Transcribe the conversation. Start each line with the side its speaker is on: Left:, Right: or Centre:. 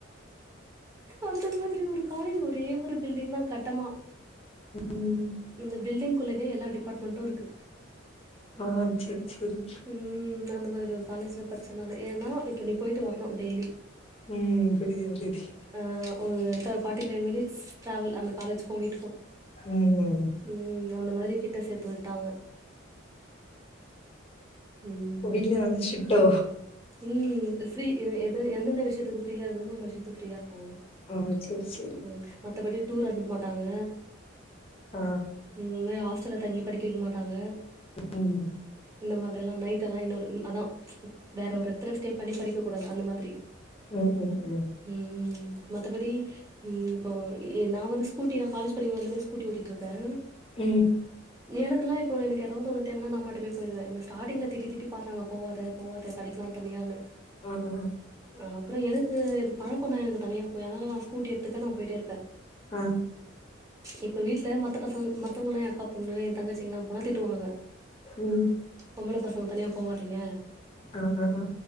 Right: அந்த மாதிரி ஒரு காலேஜு ஒரே ஒரு பில்டிங் தா கட்டமா
Left: ம்.
Right: இந்த பில்டிங்குள்ளவே எல்லா டிபாட்மெண்டுருக்கு
Left: ஆ சரி, சரி.
Right: ம் அந்த மாரி இது ஒரு காலேஜ்ல படிச்சனால ஏனா இப்ப நீ போயிட்டு வரனு டெய்லி
Left: ம் புரிது புரிது
Right: அ ஒரு த்தெ ஃபார்ட்டி ஃபைவ் மினிட்ஸ் ட்ராவல் அந்த காலேஜுக்கு வீட்டுக்கு
Left: ம் ம்
Right: ம் அந்த மாரி கிட்ட சேத்து விட்டாங்க ம்
Left: அப்ப வீட்ல நல்ல ஸ்ட்ரிட்டோ
Right: ம் ஃப்ரீ எ எது எந்தெந்த விஷ்யத்துக்கு ஃப்ரீயா இருக்கணுமோ அந்த விஷ்யத்துக்கு ஃப்ரீயா இருப்பாங்க
Left: ஆ சேரி சேரி
Right: ம் மத்தபடி டூர் அனுப் மாட்டாங்க
Left: ஆ
Right: ம் இந்த மாரி ஹாஸ்டல்ல தங்கி படிக்க வைக்க மாட்டாங்க
Left: ம்.
Right: இந்த மாதிரில்லா நைட் எல்லா இன்னொரு அதா வேற ஒரு எடத்துல ஸ்டே பண்ணி படிக்க கூடாது அந்த மாதிரி
Left: ம் ம் ம்
Right: ம் மத்தபடி ம் இப்போ நா வந்து ஸ் கூட்டி நா காலேஜ் படிக்கும்போதுலந்தே ஸ்கூட்டி ஓட்டிட்டு இருக்கேன்
Left: ம்
Right: எனக்கெல்லா இப்போ எனக்கு எதாவது ஒன்னு தேவனா நா அம்மாட்ட மட்டுமே போயிடுவேன் என்ன ஸ்டாடிங்ல் திட்டி திட்டி பாத்தாங்க போவாத போவாத கடைக்கல்லா தனியானு
Left: அ அ
Right: அ அப்றோ எனக்கு இது பழக்கோந்தா எனக்கு தனியா போய் அதனால நா ஸ்கூட்டி எடுத்துப்ப நா போயிட்டே இருப்ப
Left: ஆ
Right: இப்ப வீட்ல மத்த பசங்க மத்தவங்கல்லா என் அக்கா பொண்ணு என் தங்கச்சிங்கல்லா போனா திட்டுவாங்க
Left: ம்
Right: பொம்பள பசங்க தனியா போவாதீங்க
Left: ஆ ஆ ஆ